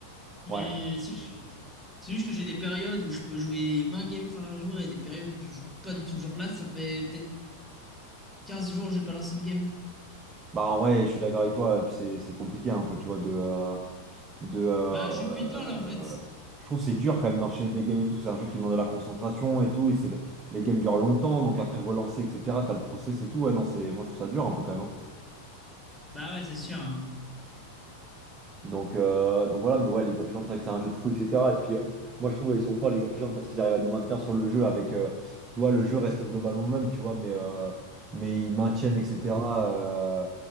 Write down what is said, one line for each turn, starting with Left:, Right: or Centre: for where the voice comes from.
Centre: Mais
Right: Ouais.
Centre: c'est juste que c'est juste que j'ai des périodes où je peux jouer 20 games par jour et des périodes où je joue pas du tout. Genre là, ça fait peut-être 15 jours que j'ai pas lancé une game.
Right: Bah, en vrai, je suis d'accord avec toi. Et puis, c'est c'est compliqué un peu, tu vois, de. euh, de euh,
Centre: Bah, je suis plus dedans là en fait.
Right: euh, je trouve que c'est dur quand même d'enchaîner des games et tout c'est un jeu qui demande de la concentration et tout et c'est les games durent longtemps donc après relancer etc t'as le process et tout ouais non c'est moi je trouve ça dur un peu quand même hein.
Centre: Bah ouais, c'est sûr.
Right: donc euh, donc voilà mais ouais League of Legends c'est vrai que c'est un jeu de fou etc et puis euh, moi je trouve ils sont forts League of Legends parce qu'ils arrivent à nous maintenir sur le jeu avec euh, tu vois le jeu reste globalement le même tu vois mais euh, mais ils maintiennent etc euh,